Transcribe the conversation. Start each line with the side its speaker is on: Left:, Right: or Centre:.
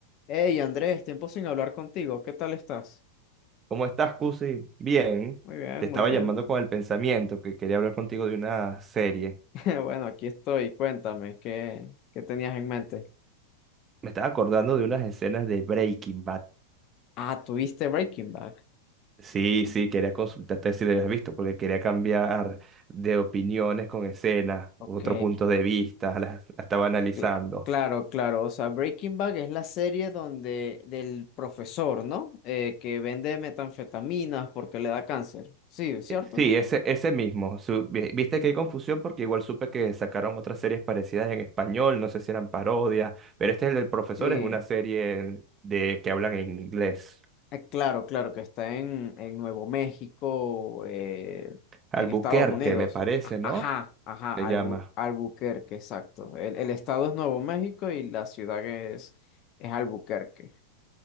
Left: Hey Andrés, tiempo sin hablar contigo, ¿qué tal estás?
Right: ¿Cómo estás, Cusi? Bien,
Left: Muy bien,
Right: te estaba
Left: muy bien.
Right: llamando con el pensamiento que quería hablar contigo de una serie.
Left: <laughs> Bueno, aquí estoy, cuéntame, ¿qué, qué tenías en mente?
Right: Me estaba acordando de unas escenas de Breaking Bad.
Left: Ah, ¿tuviste Breaking Bad?
Right: Sí, sí, quería consultarte si la habías visto, porque quería cambiar de opiniones con escenas,
Left: Ok,
Right: otro punto de vista, la, la estaba analizando.
Left: cla- claro, claro, o sea, Breaking Bad es la serie donde del profesor, ¿no? Eh, que vende metanfetaminas porque le da cáncer, sí, ¿cierto?
Right: Eh, Sí, ese, ese mismo. Su- vi- viste que hay confusión porque igual supe que sacaron otras series parecidas en español, no sé si eran parodias, pero este es el del profesor,
Left: Sí.
Right: es una serie de que hablan en inglés.
Left: Eh, Claro, claro, que está en, en Nuevo México, eh,
Right: Albuquerque,
Left: en Estados Unidos.
Right: me parece,
Left: A-
Right: ¿no?
Left: Ajá, ajá,
Right: Se
Left: Albu-
Right: llama.
Left: Albuquerque, exacto. El, el estado es Nuevo México y la ciudad es, es Albuquerque.